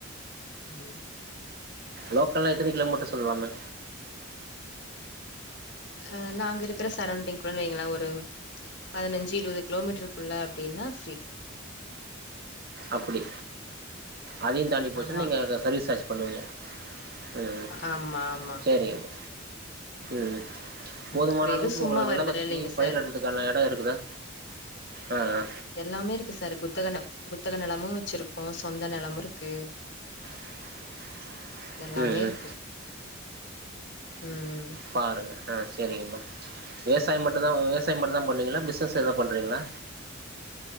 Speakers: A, on the left; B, on the right.
A: ம்
B: லோக்கல்லல்லா எத்தன கிலோமீட்டர்ன்னு சொல்லாமே
A: அ நாங்க இருக்கிற சரௌண்டிங் குள்ளு வைங்கள ஒரு பதினஞ்சு இருபது கிலோமீட்டருக்குள்ள அப்படின்னா ஃப்ரீ
B: அப்படி அதையும் தாண்டி போச்சுன்னா
A: ஆமா
B: நீங்க சர்வீஸ் சார்ஜ் பண்ணுவிங்க ஆ ம் ம்
A: ஆமா ஆமா
B: சரி ம் ம் போதுமான
A: அப்றோ
B: அளவுக்கு
A: எது சும்மா
B: உங்களுக்கு
A: வருதுல
B: நில வசதி
A: இல்லைங்க
B: பயிர
A: சார்
B: எடுறதுக்கான இடம் இருக்குதா ஆ ஆ
A: எல்லாமே இருக்கு சார் குத்தக குத்தக நிலமும் வச்சிருக்கோ சொந்த நிலமும் இருக்கு
B: <inaudible>
A: எல்லாமே
B: ம் ம்
A: இருக்கு ம்
B: பாருங்க ஆ சரிங்கம்மா விவசாய மட்டுந்தா விவசாயம்
A: ம்
B: மட்டுந்தா பண்ணீங்களா பிசினஸ் எத பண்றீங்களா